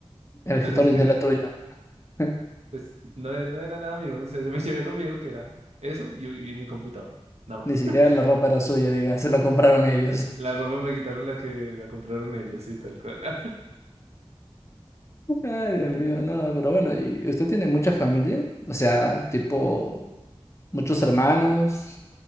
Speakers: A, on the left (about 25°); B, on the right (about 80°).
A: el
B: No,
A: gestor
B: ni siquiera,
A: de dinero era tuyo. <laughs>
B: pues no, no era nada mío. O sea, yo me <laughs> llevé lo mío, que era eso y, y mi computador. Nada más.
A: Ni siquiera
B: <laughs>
A: la ropa era suya, diga, se lo compraron ellos.
B: La ropa me quitaron la que la compraron ellos y tal cual. <laughs>
A: <laughs> Ay, Dios mío, no, pero bueno, ¿y usted tiene mucha familia? O sea, tipo, muchos hermanos.